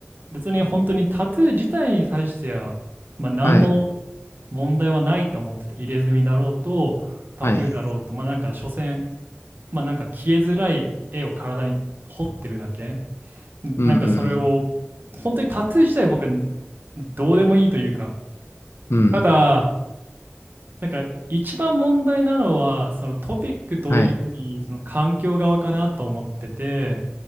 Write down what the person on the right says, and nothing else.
別に本当にタトゥー自体に対しては、まあ、何も
問題はないと思ってて、入れ墨だろうと、タトゥーだろうと、
まあなんか所詮、まあなんか消えづらい絵を体に彫ってるだけ。
なんかそれを、本当にタトゥー自体僕はどうでもいいというか、
ただ、なんか一番問題なのはそのトピックというよりその環境側かなと思ってて、